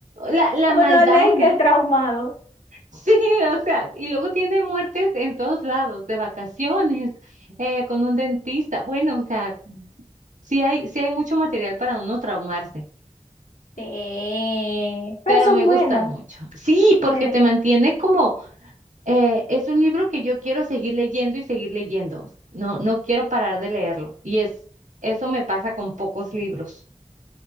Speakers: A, on the right; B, on the left.
A: La, la
B: uno
A: maldad.
B: lee que
A: <laughs>
B: es traumado.
A: Sí, o sea, y luego tiene muertes en todos lados, de vacaciones, eh, con un dentista. Bueno, o sea, Sí hay, sí hay mucho material para uno traumarse,
B: Sí, pero
A: pero
B: son
A: me
B: buenas.
A: gustan mucho. Sí, porque
B: Sí.
A: te mantiene como, eh, es un libro que yo quiero seguir leyendo y seguir leyendo. No, no quiero parar de leerlo. Y es, eso me pasa con pocos libros.